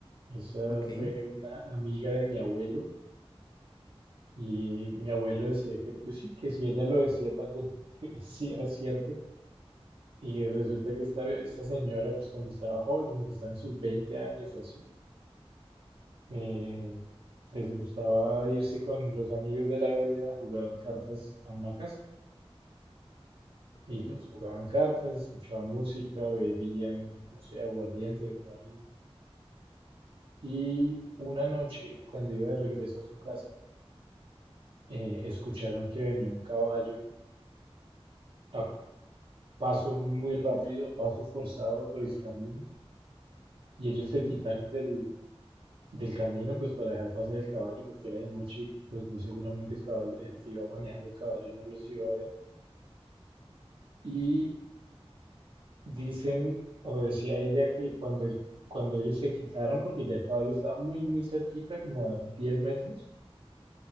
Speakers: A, on the right (about 65°); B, on the left (about 40°).
A: esa
B: ok,
A: fue una amiga de mi abuelo y mi abuelo decía que pues sí, que si ella lo decía tal vez <laughs> sí era cierto Y resulta que esta, esta señora, pues cuando estaba joven, cuando estaba en sus 20 años o así, eh, les gustaba irse con los amigos de la vereda a jugar cartas a una casa.
B: ok,
A: Y pues jugaban cartas, escuchaban música, bebían, no sé, aguardiente, me imagino. Y una noche, cuando iba de regreso a su casa, eh, escucharon que venía un caballo a paso muy rápido, a paso forzado por el camino. Y ellos se
B: sí,
A: quitaron del, del camino, pues para dejar pasar el caballo, porque era de noche, y, pues muy seguramente el caballo, el que iba manejando el caballo no los iba a ver. Y dicen, o decía ella, que cuando, el- cuando ellos se quitaron, porque ya el caballo estaba muy, muy cerquita, como a 10 metros,